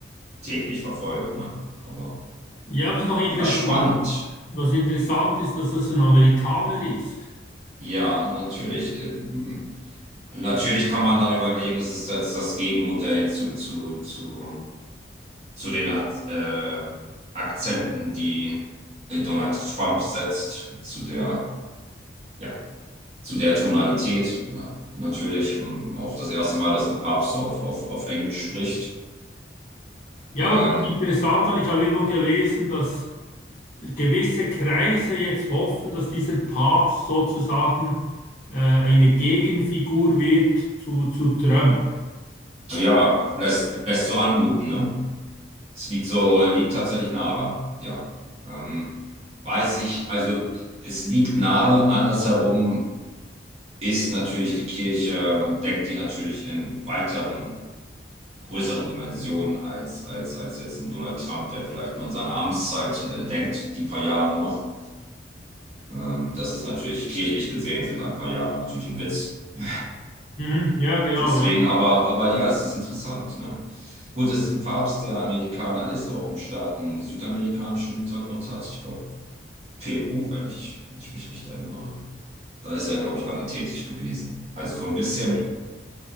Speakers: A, on the right; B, on the left.
A: täglich verfolge. Ne? Aber
B: Ja, was noch interessant,
A: ja, spannend.
B: was interessant ist, dass das ein Amerikaner ist.
A: Ja, natürlich. Ähm, Natürlich kann man dann überlegen, es ist jetzt das Gegenmodell zu, zu, zu, zu den Ak- äh, Akzenten, die äh, Donald Trump setzt, zu der, ja, zu der Tonalität. Ja, natürlich, ähm, auch das erste Mal, dass ein Papst auf, auf, auf Englisch spricht.
B: Ja,
A: Ähm,
B: was noch interessant war, ich habe irgendwo gelesen, dass gewisse Kreise jetzt hoffen, dass dieser Papst sozusagen äh, eine Gegenfigur wird zu, zu Trump.
A: ja, lässt, lässt so anmuten, ne? Es liegt so, liegt tatsächlich nahe, ja. Ähm, weiß ich, also es liegt nahe, andersherum ist natürlich die Kirche und denkt die natürlich in weiteren, größeren Dimensionen als, als, als jetzt ein Donald Trump, der vielleicht nur in seiner Amtszeit äh, denkt, die paar Jahre noch. Ähm, das ist natürlich kirchlich gesehen sind ein paar Jahre natürlich ein Witz. <laughs>
B: Mhm, ja, genau,
A: Deswegen,
B: ja.
A: aber, aber ja, es ist interessant. Ne? Gut, es ist ein Papst, der Amerikaner ist, aber auch einen starken südamerikanischen Hintergrund hat. Ich glaube, Peru, wenn ich, wenn ich mich recht erinnere. Da ist er, glaube ich, lange tätig gewesen. Also so ein bisschen,